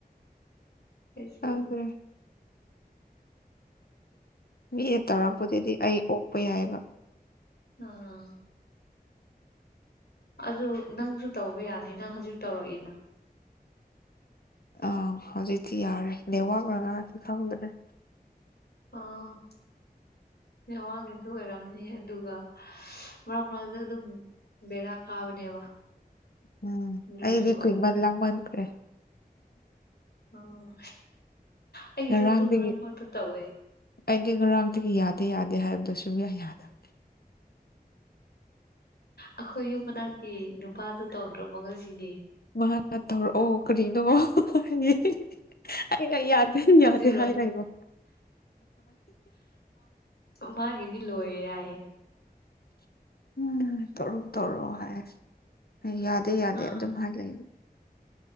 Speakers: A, on the left (about 85°); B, on the left (about 70°).
A: ꯑꯩꯖꯨ
B: ꯈꯪꯗ꯭ꯔꯦ
A: ꯑꯣ
B: ꯃꯤꯅ ꯇꯧꯔꯛꯄꯗꯗꯤ ꯑꯩ ꯑꯣꯛꯄ ꯌꯥꯏꯑꯕ
A: ꯑꯥꯑꯥ ꯑꯗꯨ ꯅꯪꯖꯨ ꯇꯧꯕ ꯌꯥꯅꯤ ꯅꯪ ꯍꯧꯖꯤꯛ ꯇꯧꯔꯛꯏꯅ
B: ꯑꯥꯎ ꯍꯧꯖꯤꯛꯇꯤ ꯌꯥꯔꯦ ꯅꯦꯠꯋꯥꯛꯅꯔꯗꯤ ꯈꯪꯗ꯭ꯔꯦ
A: ꯑꯥꯑꯥ ꯅꯦꯠꯋꯥꯛꯅꯖꯨ ꯑꯣꯏꯔꯝꯅꯤ ꯑꯗꯨꯒ ꯃꯔꯛ ꯃꯔꯛꯗ ꯑꯗꯨꯝ ꯕꯦꯔꯥ ꯀꯥꯕꯅꯦꯕ
B: ꯎꯝ
A: ꯑꯗꯨꯒꯤꯁꯨ
B: ꯑꯩꯗꯤ
A: ꯑꯣꯏꯔꯝꯅꯤ
B: ꯀꯨꯏꯃꯟ ꯂꯥꯛꯃꯟꯈ꯭ꯔꯦ
A: ꯑꯣ ꯑꯩꯒꯤꯖꯨ
B: ꯉꯔꯥꯡꯗꯒꯤ
A: ꯑꯗꯨꯝ ꯃꯔꯛ ꯃꯔꯛꯇ ꯇꯧꯋꯦ
B: ꯑꯩꯗꯤ ꯉꯔꯥꯡꯗꯒꯤ ꯌꯥꯗꯦ ꯌꯥꯗꯦ ꯍꯥꯏꯕꯗꯣꯁꯨꯡꯌꯥ ꯌꯥꯗꯕ
A: ꯑꯩꯈꯣꯏ ꯌꯨꯝ ꯃꯅꯥꯛꯀꯤ ꯅꯨꯄꯥꯗꯣ ꯇꯧꯗ꯭ꯔꯕꯣ ꯉꯁꯤꯗꯤ
B: ꯃꯍꯥꯛꯅ ꯇꯧꯔꯛꯑꯣ ꯀꯔꯤꯅꯣ ꯍꯥꯏꯌꯦ ꯑꯩꯅ ꯌꯥꯗꯦ
A: ꯍꯧꯖꯤꯛꯔꯣ
B: ꯌꯥꯗꯦ ꯍꯥꯏꯔ ꯂꯩꯕ
A: ꯑꯣꯃꯥꯒꯤꯗꯤ ꯂꯣꯏꯔꯦ ꯍꯥꯏꯌꯦ
B: ꯎꯝ ꯇꯧꯔꯛꯑꯣ ꯇꯧꯔꯛꯑꯣ ꯍꯥꯏ ꯑꯩꯅ ꯌꯥꯗꯦ ꯌꯥꯗꯦ
A: ꯑꯥ
B: ꯑꯗꯨꯝ ꯍꯥꯏ ꯂꯩ